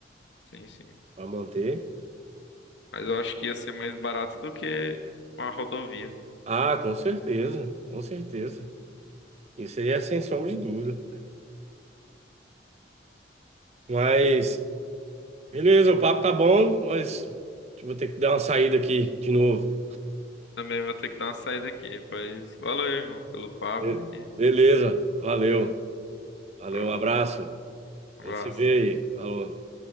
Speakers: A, on the left; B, on the right.
A: Sim, sim.
B: Para manter.
A: Mas eu acho que ia ser mais barato do que uma rodovia.
B: Ah, com certeza, com certeza. Isso aí é sem sombra de dúvida. Mas, beleza, o papo tá bom, mas vou ter que dar uma saída aqui de novo.
A: Também vou ter que dar uma saída aqui, pois valeu, irmão, pelo papo
B: Be-
A: aí.
B: Beleza, valeu, valeu,
A: Ah,
B: um abraço.
A: Um
B: A
A: abraço.
B: gente se vê aí. Falou.